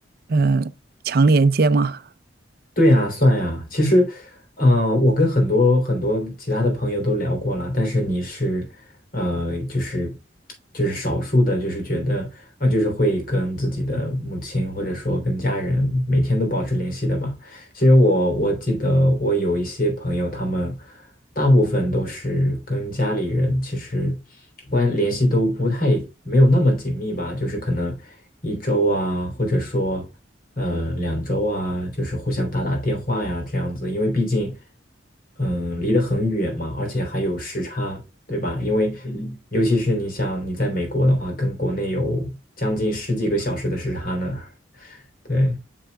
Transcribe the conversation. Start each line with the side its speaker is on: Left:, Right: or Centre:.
Right: 呃强连接吗？
Left: 对呀，算呀。其实，呃，我跟很多很多其他的朋友都聊过了，但是你是，呃，就是就是少数的，就是觉得啊、呃就是会跟自己的母亲或者说跟家人每天都保持联系的吧。其实我我记得我有一些朋友，他们大部分都是跟家里人其实关联系都不太没有那么紧密吧，就是可能一周啊，或者说呃两周啊，就是互相打打电话呀这样子，因为毕竟嗯离得很远嘛，而且还有时差，对吧？因为嗯尤其是你想你在美国的话，跟国内有将近十几个小时的时差呢，对。